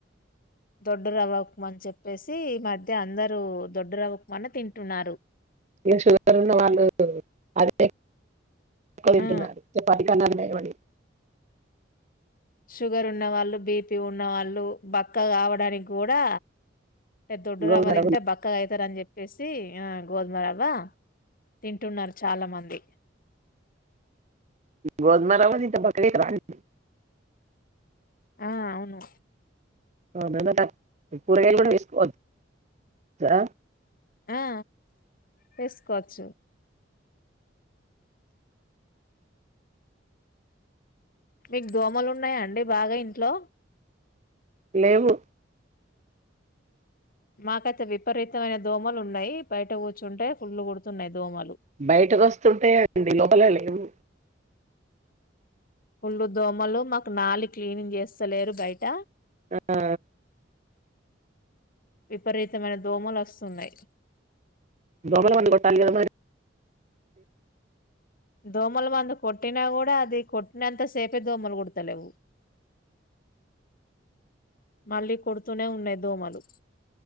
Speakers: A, on the left (about 50°); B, on the right (about 40°).
A: దొడ్డు రవ్వ ఉప్మా అని చెప్పేసి ఈ మధ్య అందరుూ దొడ్డు రవ్వ ఉప్మానీ తింటున్నారు
B: ఇగ షుగర్ ఉన్న వాళ్ళు అదే ఎక్కవ తింటున్నారు
A: ఆ
B: అది మే ఏవండీ
A: షుగర్ ఉన్నవాళ్ళు బీపి ఉన్నవాళ్ళు బక్క కావడానికి కూడా దొడ్డు
B: గోధుమ
A: రావ తింటే
B: రవ్వ
A: బక్కగా అయితారు అని చెప్పి చెప్పేసి ఆ గోధుమ రవ్వ తింటున్నారు చాలా మంది
B: గోధుమ రవ్వ తింటే బక్కగయితారా అండి
A: ఆ అవును
B: ఆ బెండకాయ కూరగాయలు కూడా వేసుకోవచ్చా
A: ఆ వేసుకోవచ్చు మీకు దోమలు ఉన్నాయా అండి బాగా ఇంట్లో
B: లేవు
A: మాకైతే విపరీతమైన దోమలు ఉన్నయి, బయట కూర్చుంటే ఫుల్లు కుడుతున్నయి దోమలు.
B: బయటకు వస్తుంటే అండి లోపలలు ఏమి
A: ఫుళ్ళు దోమలు మాకు నాలి క్లీనింగ్ చేస్తలేరు బయట.
B: అఆ
A: విపరీతమైన దోమలు అస్తున్నయి.
B: దోమల మందు కొట్టాలి కదా మరి.
A: దోమల మందు కొట్టినా కూడా అది కొట్టినంత సేపే దోమలు కుడతలేవు, మళ్ళీ కుడుతూనే ఉన్నయి దోమలు.